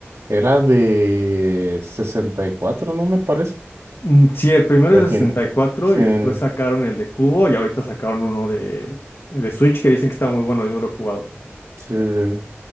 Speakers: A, on the right; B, on the left.
A: era de sesenta y cuatro ¿no? Me parece,
B: Mm, Sí, el primero
A: imagina.
B: es de 64
A: Sí,
B: y cuatro y
A: el-
B: después sacaron el de Cubo y ahorita sacaron uno de, de Switch que dicen que está muy bueno, yo no lo he jugado.
A: sí.